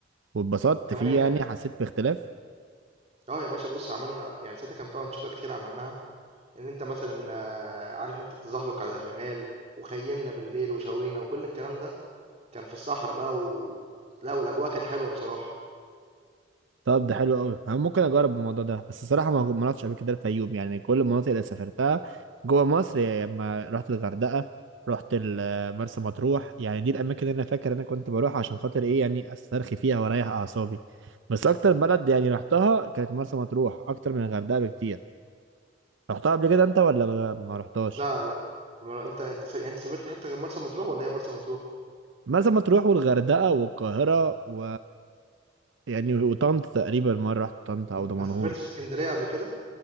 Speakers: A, on the right; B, on the right.
A: واتبسطت
B: وكمان
A: فيه
B: هناك
A: يعني حسيت باختلاف
B: اه يا باشا بص عملنا يعني ساعتها كان فيها انشطه كتير عملناها ان انت مثلا آه، عارف انت التزحلق على الرمال وخيمنا بالليل وشوينا وكل الكلام ده كان في الصحرا بقى و لأ، والأجواء كانت حلوة بصراحة.
A: طب ده حلو قوي انا ممكن اجرب الموضوع ده بس الصراحه ما ما رحتش قبل كده الفيوم يعني كل المناطق اللي سافرتها جوه مصر يعني لما رحت الغردقه رحت ال- مرسى مطروح يعني دي الاماكن اللي انا فاكر انا كنت بروح عشان خاطر ايه يعني استرخي فيها واريح اعصابي بس اكتر بلد يعني رحتها كانت مرسى مطروح اكتر من الغردقه بكتير رحتها قبل كده انت ولا ما ما رحتهاش
B: لا، لأ، ما هو أنت أنت س يعني أنت سافرت حتّة غير مرسى مطروح والّا هي مرسى مطروح؟
A: مرسى مطروح والغردقه والقاهره و يعني وطنطا تقريبا مره رحت طنطا او
B: إمم،
A: دمنهور
B: ما سافرتش إسكندرية قبل كده؟